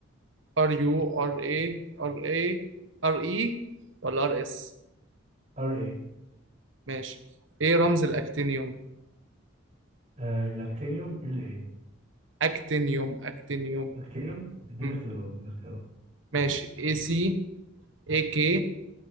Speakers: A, on the right (about 70°); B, on the right (about 35°).
A: ار يو ار اي ار اي ار اي ولا ار اس
B: ار ايه
A: ماشي ايه رمز الاكتينيوم
B: آه لاكتينيوم ال ايه
A: اكتينيوم اكتينيوم
B: لاكتينيوم اديني
A: مم.
B: اختيارات اديني اختيارات
A: ماشي اي سي اي كي